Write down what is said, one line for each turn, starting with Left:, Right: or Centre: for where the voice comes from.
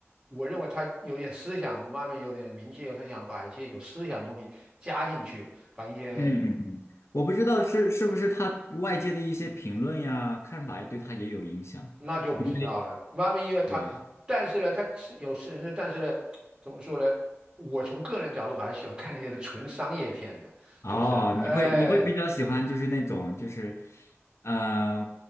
Right: 我认为他有点思想，慢慢有点名气以后他想把一些有思想的东西加进去，把一些。
Left: 嗯嗯嗯，我不知道是是不是他外界的一些评论呀、看法呀，对他也有影响，
Right: 那就不知道了。
Left: 因为
Right: 妈咪，因为他，
Left: 对
Right: 但是呢，他是有人的。但是呢，怎么说呢？我从个人角度，我还是喜欢看那些纯商业片的，
Left: 哦，
Right: 就是哎，
Left: 你会你会比较喜欢就是那种就是，呃，